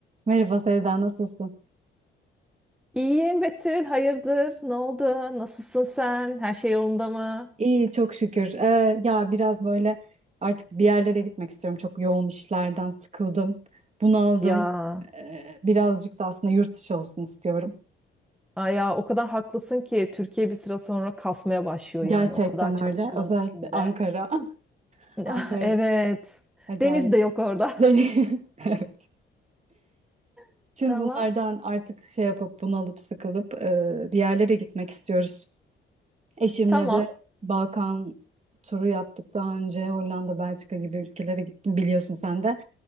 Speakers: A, on the right; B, in the centre.
A: Merhaba Sevda, nasılsın?
B: İyiyim Betül, hayırdır? Ne oldu? Nasılsın sen? Her şey yolunda mı?
A: İyi, çok şükür. Ee, ya biraz böyle artık bir yerlere gitmek istiyorum. Çok yoğun işlerden sıkıldım, bunaldım.
B: Ya,
A: Ee, birazcık da aslında yurt dışı olsun istiyorum.
B: ay ya o kadar haklısın ki Türkiye bir süre sonra kasmaya başlıyor
A: Gerçekten
B: yani o kadar çalışmanın
A: öyle. Özellikle
B: içinde.
A: Ankara. <laughs>
B: <laughs>
A: Ankara'da
B: Ah, Evet.
A: acayip.
B: Deniz de yok orada.
A: <laughs> Evet.
B: <laughs>
A: Tüm
B: Tamam.
A: bunlardan artık şey yapıp bunalıp sıkılıp e, bir yerlere gitmek istiyoruz. Eşimle
B: Tamam.
A: de Balkan turu yaptık daha önce. Hollanda, Belçika gibi ülkelere gittim biliyorsun sen de.